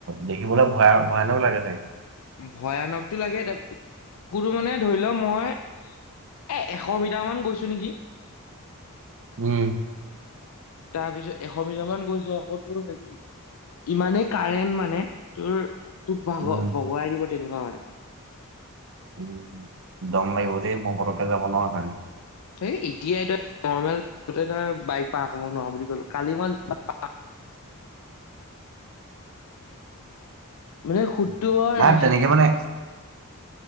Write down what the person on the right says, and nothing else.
দেখিবলে ভয় ভয়ানক লাগে চাগে।
উম,
উম,
উম, দম লাগিব দেই মই সৰকে যাব নোৱাৰ ভাল।
উম। নাই তেনেকে মানে